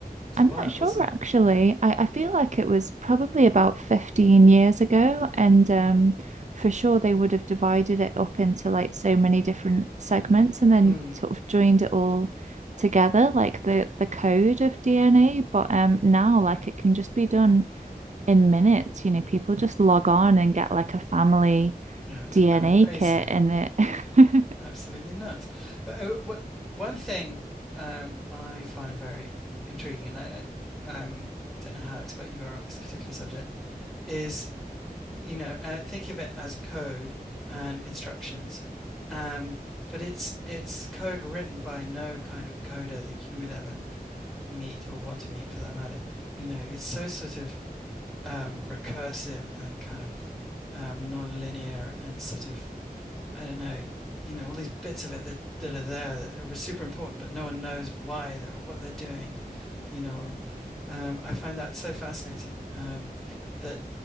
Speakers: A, in the centre; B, on the right.
A: was
B: I'm
A: a while,
B: not sure
A: wasn't
B: actually.
A: it?
B: I, I feel like it was probably about 15 years ago. And um, for sure, they would have divided it up into like so many different segments and then
A: Mm.
B: sort of joined it all together, like the, the code of DNA. But um, now, like, it can just be done in minutes. You know, people just log on and get like a family
A: Yeah, it's
B: DNA
A: crazy.
B: kit and it. <laughs>
A: Absolutely nuts. But, uh, wh- one thing um, I find very intriguing, and I, I um, don't know how expert you are on this particular subject, is you know, uh, think of it as code and instructions. Um, but it's it's code written by no kind of coder that you would ever meet or want to meet for that matter. You know, it's so sort of um, recursive and kind of um, non-linear and sort of I don't know, you know, all these bits of it that, that are there that are super important, but no one knows why they're or what they're doing, you know. Um, I find that so fascinating um, that,